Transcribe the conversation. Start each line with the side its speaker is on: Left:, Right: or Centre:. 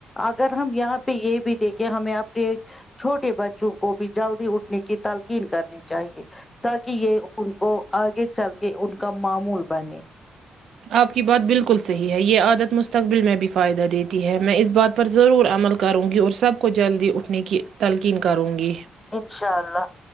Left: اگر ہم یہاں پہ یہ بھی دیکے ہمیں اپنے چھوٹے بچوں کو بھی جلدی اٹھنے کی تلقین کرنی چاہیے تاکہ یہ ان کو <unintelligible> آگے چل کے ان کا معمول بنے <unintelligible>
Right: آپ کی بات بالکل صحیح ہے یہ عادت مستقبل میں بھی فائدہ دیتی ہے میں اس بات پر ضرور عمل کروں گی اور سب کو جلدی اٹھنے کی تلقین کروں گی <unintelligible>
Left: انشاء اللہ